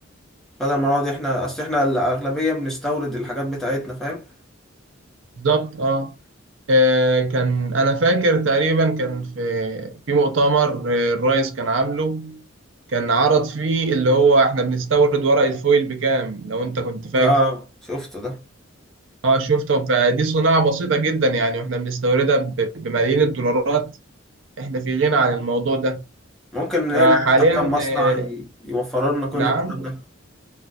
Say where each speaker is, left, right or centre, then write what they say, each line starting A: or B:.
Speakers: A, in the centre; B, on the right.
A: بدل ما نقعد احنا اصل احنا الاغلبية بنستورد الحاجات بتاعتنا فاهم
B: بالظبط اه آه، كان انا فاكر تقريبا كان في في مؤتمر آه، الرئيس كان عامله كان عرض فيه اللي هو احنا بنستورد ورق الفويل بكام لو انت كنت فاكر
A: اه شفته ده
B: اه شفته فدي صناعة بسيطة جدا يعني واحنا بنستوردها ب- بملايين الدولارات احنا في غنى عن الموضوع ده
A: ممكن هنا
B: فحاليا
A: نفتح كام مصنع
B: آه،
A: ي- يوفر لنا كل
B: نعم
A: الكلام ده